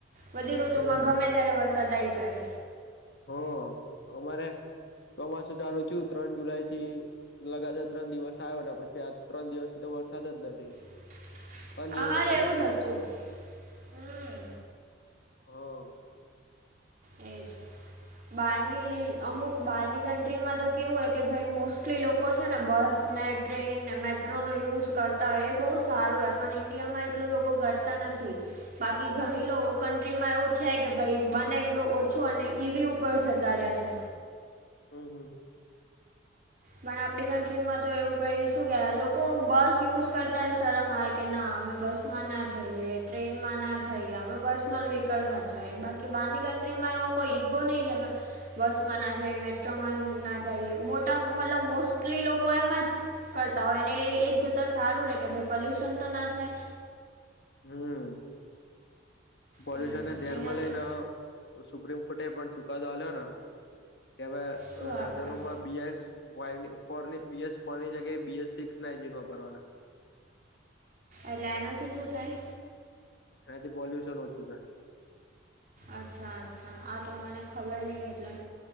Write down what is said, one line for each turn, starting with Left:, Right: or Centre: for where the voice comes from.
Right: બધી ઋતુ
Left: હમ
Right: માં ગમે ત્યારે વરસાદ આ આવી જાય.
Left: હ અમારે ચોમાસું ચાલુ થયું ત્રણ જુલાઈ થી. લગાતાર ત્રણ દિવસ આવ્યો પછી આ ત્રણ દિવસથી તો વરસાદ જ નથી.
Right: <inaudible>
Left: અનીયમન
Right: અમારે
Left: સાયકલ
Right: એવું
Left: થઈ
Right: જ હતું
Left: ગઈ,
Right: હમ
Left: હા.
Right: એક બહારની અમુક બહારની કન્ટ્રીમાં તો કેવું હોય કે ભાઈ મોસ્ટલી લોકો છે ને બસ નેટ ટ્રેન ને મેટ્રોનો યુઝ કરતા હોય એ બહુ સારું હોય પણ ઈન્ડિયામાં એટલું લોકો કરતા નથી. બાકી ઘણીલો ઓ કન્ટ્રીમાં એવું છે કે ભાઈ બને એટલો ઓછો અને ઈવી ઉપર જતા રહ્યા છે.
Left: હમ્મ હમ્મ.
Right: પણ આપડી કન્ટ્રી માં તો એવું કહીશું કે લોકો બસ યુઝ કરતા શરમ આવે કે ના અમે બસ માં ના જઈએ ટ્રેનમાં ના જઈએ અમે પર્સનલ વ્હીકલમાં જઈએ બાકી બારની કન્ટ્રી રીમાં એવો કોઈ ઈગો નહીં કે બસમાં ના જઈએ મેટ્રોમાં ના જઈએ મોટા મતલબ મોસ્ટલી લોકો એમાં જ કરતા હોય એને એ એક જોતાં સારું રહે કે ભાઈ પોલ્યુશન તો ના થાય.
Left: હમ્મ, પોલ્યુશનને
Right: પણ
Left: ધ્યાનમાં
Right: અહીંયા
Left: લઈન
Right: તો
Left: અ સુપ્રીમ કોર્ટે એ પણ ચુકાદો આલ્યો ન, કે હવે
Right: શું આપણે
Left: સાધનોમાં બી એસ બોયની ફોરની બીએસ ફોરની જગ્યાએ બીએસ સિક્સ ના એન્જિન વાપરવાના.
Right: એટલે એનાથી શું થાય?
Left: એનાથી પોલ્યુશન ઓછું થાય.
Right: અચ્છા અચ્છા આ તો મને ખબર નહિ એટલે.